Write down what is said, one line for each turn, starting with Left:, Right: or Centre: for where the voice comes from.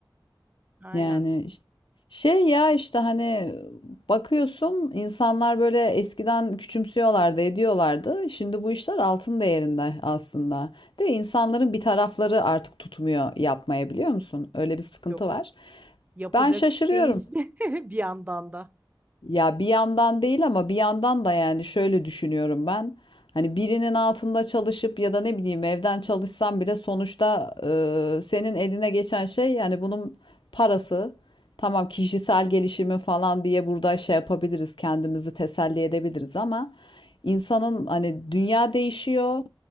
Right: Aynen.
Left: Yani iş- şey ya işte hani bakıyorsun insanlar böyle eskiden küçümsüyorlardı, ediyorlardı. Şimdi bu işler altın değerinde aslında. De insanların bir tarafları artık tutmuyor yapmaya biliyor musun? Öyle bir sıkıntı
Right: Yok.
Left: var.
Right: Yapılacak
Left: Ben şaşırıyorum.
Right: iş değil <laughs> bir yandan da.
Left: Ya bir yandan değil ama bir yandan da yani şöyle düşünüyorum ben. Hani birinin altında çalışıp ya da ne bileyim evden çalışsam bile sonuçta e, senin eline geçen şey yani bunun parası. Tamam kişisel gelişimin falan diye burada şey yapabiliriz kendimizi teselli edebiliriz ama insanın hani dünya değişiyor.